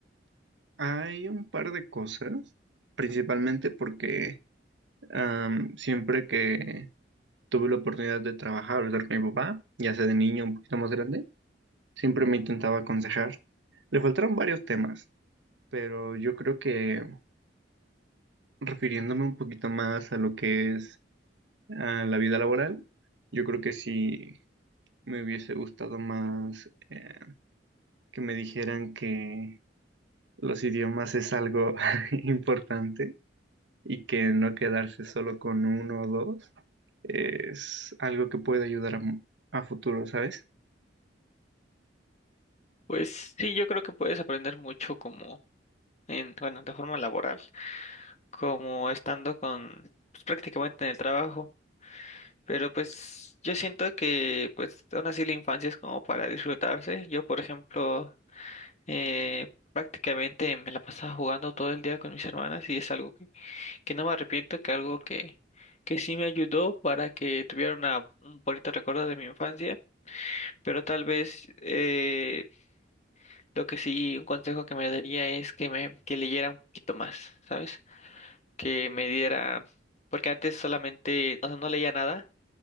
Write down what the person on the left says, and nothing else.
Pues sí, yo creo que puedes aprender mucho como en, bueno, de forma laboral, como estando con pues, prácticamente en el trabajo. Pero pues yo siento que pues aún así la infancia es como para disfrutarse. Yo, por ejemplo, eh, prácticamente me la pasaba jugando todo el día con mis hermanas y es algo que, que no me arrepiento, que algo que, que sí me ayudó para que tuviera una, un bonito recuerdo de mi infancia. Pero tal vez eh, lo que sí, un consejo que me daría es que me que leyera un poquito más, ¿sabes? Que me diera, porque antes solamente, o sea, no leía nada